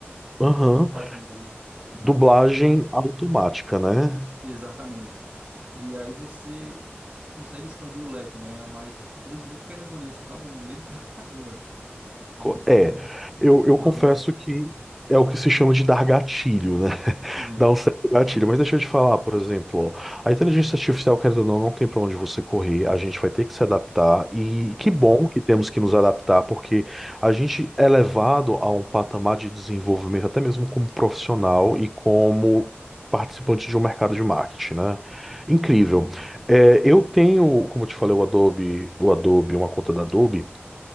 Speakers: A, on the right; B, in the centre.
A: E
B: Aham.
A: coloca o áudio em inglês. Então,
B: Dublagem
A: cara,
B: automática, né?
A: isso, exatamente. E aí você, tipo, consegue expandir o leque, né? Mas, ao mesmo tempo, querendo ou não, isso dá um medo <laughs> pra caramba, né? Por conta
B: Co-
A: que
B: É,
A: é
B: eu,
A: uma
B: eu confesso
A: arma.
B: que é o que se chama de dar gatilho, né? <laughs>
A: É.
B: Dar um certo gatilho. Mas deixa eu te falar, por exemplo, ó, a inteligência artificial, querendo ou não, não tem para onde você correr, a gente vai ter que se adaptar. E
A: Exato.
B: que bom que temos que nos adaptar, porque a gente é levado a um patamar de desenvolvimento, até mesmo como profissional e como participante de um mercado de marketing, né?
A: Uhum,
B: Incrível. É, eu tenho, como eu te falei, o Adobe, o Adobe, uma conta da Adobe.